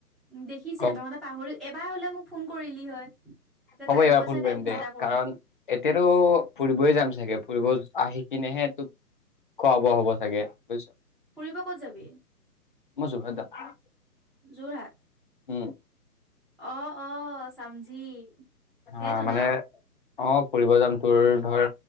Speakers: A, in the centre; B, on the left (about 30°).
A: দেখিছে
B: গম
A: তহঁতে পাহৰি এবাৰ হলে মোক ফোন কৰিলি হয় যে
B: হ'ব
A: তাইও
B: এইবাৰ
A: আছে
B: ফোন
A: তাইক
B: কৰিম দে
A: এটা কৰো
B: কাৰণ এতিয়াতো ফুৰিবয় যাম চাগে ফুৰিব আহি কিনেহে তোক খোৱা বোৱা হ'ব চাগে বুজিছ
A: ফুৰিব ক'ত যাবি
B: মই যোৰহাট যাম
A: যোৰহাট
B: উম
A: অ অ চামজি
B: হা
A: সেইটো
B: মানে
A: ন
B: অ ফুৰিব যাম তোৰ ধৰ